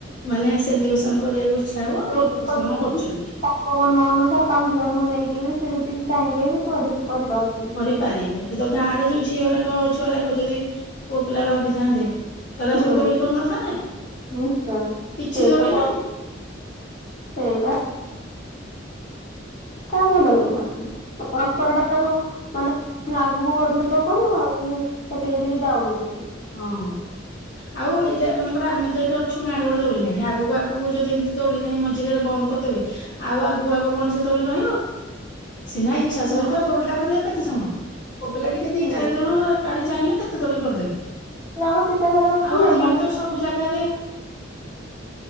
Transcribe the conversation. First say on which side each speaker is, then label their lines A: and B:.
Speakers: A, on the left; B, on the left.
A: ମାନେ ସେଲିବ୍ରେସନ କରିବାକୁ ଇ ଇଛା ହବ
B: ଯୋଉ
A: ଲୋକ ସେମାନେ
B: ଜାଣିଥିବେ
A: କରୁଛନ୍ତି।
B: ତାଙ୍କ ମନ ଅନୁସାରେ ପାଞ୍ଚ ଜଣଙ୍କୁ ନେଇକି ହି ସେ ଯଦିକି ଚାହିଁବେ ବି କରି କରିପାରୁଛନ୍ତି।
A: କରିପାରିବେ ଏ ତ ଗାଁ ରେ ଯୋଉ ଝିଅରାକ ଛୁଆରା ଯଦି ପୁଅ ପିଲା ଭାବିଥାନ୍ତେ। ସେରା
B: ହୁଁ
A: ସବୁ ଦୋଳିି କରିନଥାନ୍ତେ।
B: ନିଶ୍ଚୟ
A: କିଛି
B: ସେଇଟା
A: ଦୋଳି ନାହିଁ
B: ସେଇଟା ଭଲ ଲାଗିବ ପରମ୍ପରା ଟା ମାନେ ଆଗକୁ ବଢିବ କଣ ଆହୁରି ସେତିକି ସେତିକି ଡାଉନ୍ ହଉଛି।
A: ହଁ ଆଉ ଏଇଟା ମନେକର ଆମେ ତ ଏଇଟି ଅଛୁ ଗାଁରେ ଗୋଟେ ଦୋଳି ନାହିଁ ଆଗକୁ ଆଗକୁ ଯଦି ଏମିତି ଦୋଳି ନାହିଁ ମଝିରେ ବନ୍ଦ କରିଦେବେ ଆଉ ଆଗୁ ଆଗୁ କୌଣସି ଦୋଳି ରହିବ। ସିନା ଇଚ୍ଛା ସହିତ
B: ନା
A: ଆଉ ଦୋଳିଟା କରିବା କେତେ ସମ ପୁଅ ପିଲା ଟିକେ ଦି
B: ହୁଁ
A: ଚାରି ଜଣ ଏକାଠି ଚାହିଁଲେ କେତେ ଦୋଳି କରିଦେବେ।
B: ଯାହା ଚିନ୍ତାଧାରା ରଖୁଛନ୍ତି
A: ଆଉ ଆଜିକାଲି
B: ଏମାନେ।
A: ତ ସବୁ ଜାଗାରେ